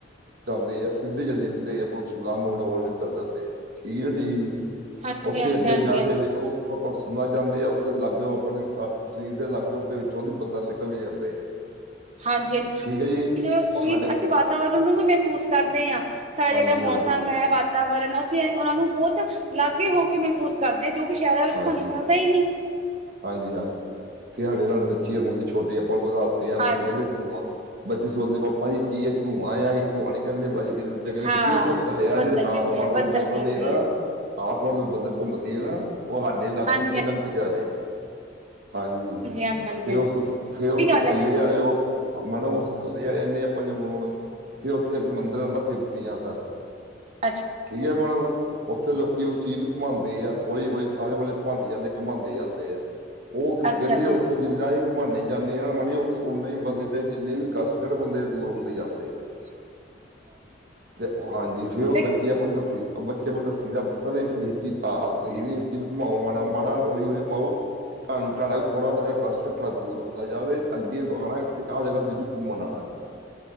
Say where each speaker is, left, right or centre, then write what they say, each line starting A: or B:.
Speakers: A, on the right (about 55°); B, on the right (about 35°).
A: ਜਾਂਦੇ, ਆ ਸਿੱਧੇ ਚਲੇਦੇ ਆ। ਸੂਦਾ ਮਕਡੋਲ ਨਿਕਲ ਜਾਂਦੇ ਆ ਠੀਕ,
B: ਹਾਂਜੀ
A: ਉੱਥੇ
B: ਹਾਂਜੀ
A: ਅੱਗੇ
B: ਹਾਂਜੀ
A: ਜਾ ਕੇ ਦੇਖੋ। ਭ- ਭ ਸੁਨਾ ਜਾਂਦੇ ਆ, ਉੱਥੇ ਲਾਗੇ ਹੋ ਆਪਣੇ। ਸਰੀਰ ਦੇ ਲਾਗੇ ਆਪਣੇ ਵਿੱਚੋਂ ਦੀ ਬੱਦਲ ਨਿਕਲ ਵੀ ਜਾਂਦੇ ਆ।
B: ਹਾਂਜੀ -ਹਾਂਜੀ,
A: ਠੀਕ ਹੈ ਜੀ
B: ਉਹੀ
A: ਸਾਡੇ
B: ਅਸੀਂ ਵਾਤਾਵਰਨ ਨੂੰ ਵੀ ਮਹਿਸੂਸ ਕਰਦੇ ਹਾਂ। ਸਾਡਾ ਜਿਹੜਾ
A: ਹਾਂਜੀ
B: ਮੌਸਮ
A: ਹਾਂਜੀ
B: ਹੈ, ਵਾਤਾਵਰਨ ਅਸੀਂ ਉਹਨਾਂ ਨੂੰ ਬਹੁਤ ਲਵਲੀ ਹੋ ਆਗੇ ਹੀ ਹੋ ਕੇ ਮਹਿਸੂਸ। ਕਰਦੇ ਹਾਂ, ਜੋ ਕਿ ਸ਼ਹਿਰਾਂ ਵਿੱਚ
A: ਹਾਂਜੀ
B: ਤੁਹਾਨੂੰ ਮਿਲਦਾ ਹੀ ਨਹੀਂ।
A: ਹਾਂਜੀ -ਹਾਂਜੀ, ਫਿਰ ਸਾਡੇ ਨਾਲ ਬੱਚੇ ਹੁਣਦੇ ਛੋਟੇ ਰਾਸ ਨਹੀਂ ਆ ਬੱਚੇ
B: ਹਾਂਜੀ
A: ਕਹਿੰਦੇ ਤੂੰ ਧੂੰਆਂ। ਬੱਚੇ ਸੋਚਦੇ ਪਾਪਾ ਜੀ ਕੀ, ਤੂੰ ਆਣਾ ਆ ਧੂੰ ਆ ਨੀ ਕਹਿੰਦੇਸੀ ਕਹਿੰਦੇ। ਚੰਗੇ ਨੇ
B: ਹਾਂ
A: ਬੱਚੀ ਇਹ ਬੱਦਲ ਆ, ਜਿਹੜੇ
B: ਕਹਿੰਦੇ
A: ਆਸਮਾਨ
B: ਆ
A: ਦੇ
B: ਬੱਦਲ
A: ਵਿੱਚ ਨਿਕਲਦੇ
B: ਕਹਿੰਦੇ
A: ਆ ਨਾ। ਆਸਮਨ ਨੂੰ ਬੱਧਰ ਘੁੰਮਦੇ ਆ, ਨਾਲ ਉਹ ਸਾਡੇ ਲੱਗ
B: ਹਾਂਜੀ
A: ਪਿੱਛੋਂ ਲੰਘ ਕੇ ਜਾ ਰਹੇ ਨੇ। ਹਾਂਜੀ
B: ਹਾਂਜੀ ਹਾਂਜੀ
A: ਫੇਰ
B: ਹਾਂਜੀ
A: ਉਸ ਤੋਂ ਫੇਰ, ਉਸ
B: ਉਹੀ
A: ਤੋਂ
B: ਗੱਲ
A: ਥੱਲੇ
B: ਹੈ ਨਾ
A: ਆ ਜੋ। ਮੈ ਨਾ ਥੱਲੇ ਆ ਜਾਂਦੇ ਹ ਆਪਾਂ ਜ। ਫਿਰ ਉੱਥੇ ਇੱਕ ਮੰਦਿਰ ਆ ਦਾ ਤਿਪਤੀਆਂ ਦਾ।
B: ਅੱਛਾ।
A: ਠੀਕ ਮੈਡਮ। ਉੱਥੇ ਲੋਕੀ ਉਸ ਚੀਜ਼ ਨੂੰ ਘੁੰਮਾਉਦੇ ਆ, ਹੌਲੀ- ਹੌਲੀ ਸਾਰੇ ਵਾਲੇਲੇ ਘੁਮਾਂਦੇ ਜਾਂਦੇ ਘੁਮਾਉਂਦੇ ਜਾਂਦੇ ਆ। ਉਹ
B: ਅੱਛਾ
A: ਕਹਿੰਦੇ ਆ
B: ਜੀ
A: ਉੱਥੋਂ। ਜਿੰਨਾ ਅਸੀਂ ਘੁਮਾਨੇ ਜਾਂਦੇ ਹਾਂ, ਮਓ ਉਨਾ ਹੀ ਬੰਦੇ ਦੇ ਜਿੰਨੇ ਵੀ ਕਸ਼ਟ ਜਿਹੜੇ ਬੰਦੇ ਦੂਰ ਹੁੰਦੇ ਜਾਂਦੇ ਆ।
B: ਲ।
A: ਤੇ ਹਾਂਜੀ ਫਿਰ ਉਹ
B: ਦੇਖੋ
A: ਬੱਚੇ ਆਪਾਂ ਨੂੰ ਦੱਸੀ। ਬੱਚੇ ਮਨ ਦੱਸੀ ਦਾ ਪੁੱਤਰ ਨਹੀਂ ਸਹੀ ਚੀਜ਼ ਤਾਂ ਹੱਥਹੀ ਚ ਮਾਓ ਮਾਣਾ ਮਾਣਾ ਹੌਲੀ ਹੌਲੀ ਮਾਓ। ਤੁਹਾਨੂੰ ਤੁਹਾਡਾ ਥੋੜਾ ਬਹੁਤਾ ਕਸ਼ਟ ਦੂਰ ਹੁੰਦਾ ਜਾਵੇ ਅੱਗੇ ਤੋਂ ਆਉਣਾ ਆਹ ਜਗਾ ਦਜੂ ਘੁੰਮਣ ਆਉਣਾ।